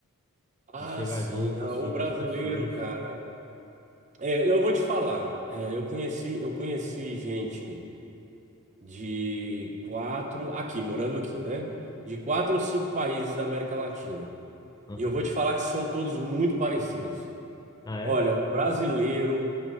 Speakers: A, on the right (about 30°); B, on the left (about 15°).
A: Ah,
B: de chegar
A: sim,
B: junto,
A: não,
B: assim,
A: o brasileiro,
B: nas pessoas.
A: cara. É, eu vou te falar, é, eu conheci, eu conheci gente. de quatro, aqui, morando aqui, né? De quatro ou cinco países da América Latina.
B: Aham.
A: E eu vou te falar que são todos muito parecidos.
B: Ah,
A: Olha,
B: é?
A: o brasileiro,